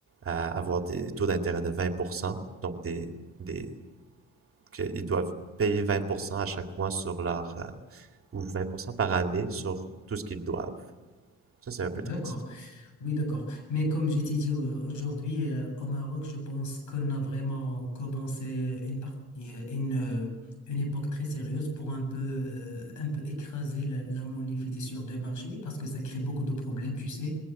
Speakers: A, on the right; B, on the left.
A: euh, avoir des taux d'intérêt de 20%, donc des, des qu'ils doivent payer 20% à chaque mois sur leur, euh, ou 20% par année sur tout ce qu'ils doivent. Ça, c'est un peu
B: D'accord.
A: triste.
B: Oui, d'accord. Mais comme je t'ai dit euh, aujourd'hui, euh, au Maroc, je pense qu'on a vraiment commencé une partie, euh, une, euh, une époque très sérieuse pour un peu, euh, un peu écraser la, la monnaie fiduciaire de marché parce que ça crée beaucoup de problèmes, tu sais.